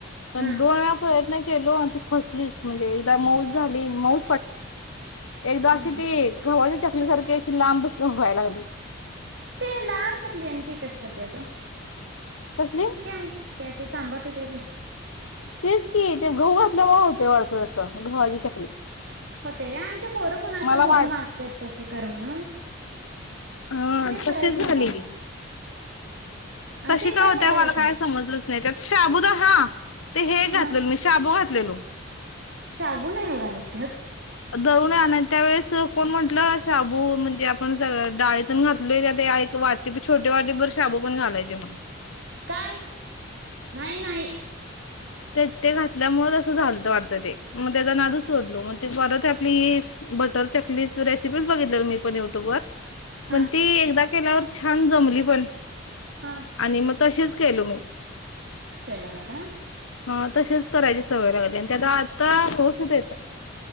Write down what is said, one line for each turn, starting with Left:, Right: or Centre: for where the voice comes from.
Left: पण
Right: हा
Left: दोन व्याप नाही केलो फसलीच म्हणजे मऊ झाले मऊ एकदा अशी
Right: हा
Left: ती गव्हाच्या टली सारखी अशी लांबच व्हाय लागली.
Right: ते लांब चकली ती कशी करत्यात?
Left: कसली
Right: त्या त्याशी चांबट होते ती?
Left: तेच की ते गहू घातल्यामुळे होते वाळत तसं गवाची चकली.
Right: होते का आमचे पोरं कुणास
Left: मला
Right: तर
Left: वाट
Right: बघून मागतेात तशी कर म्हणून.
Left: हा
Right: ते काय
Left: तशीच
Right: कराय येत नाही
Left: झाली
Right: बा आम्हाला
Left: ती. तशी
Right: ते
Left: काय होत
Right: कराय
Left: मला
Right: येत
Left: काय
Right: नाही
Left: समजलंच नाही त्या शाबूद हा. ते हे घातलं
Right: हा
Left: मी शाबू घात घातलेलं.
Right: शाबू नाही ओ घालीत त्यात.
Left: दळून आणत त्यावेळेस. कोण म्हंटलं शाबू म्हणजे आपण स डाळीतण घात लेले ते एक वाटी छोटे वाटे भर शाबू. पण घालायचे म्हणून
Right: काय नाही नाही.
Left: ते ते घातल्यामुळे असं झालत वाटत ते मग त्याचा नादू सोडलो मग ते परत आपली. बटर चकली रेसिपी बघित मी पण युट्यूब वर.
Right: हा
Left: मण ती एकदा केल्यावर छान जमली पण.
Right: हा
Left: आणि मग. तसेच. केलो मी.
Right: केला का
Left: हा तसेच करा त्याची सवय लागाय त्या आता खोस येतय.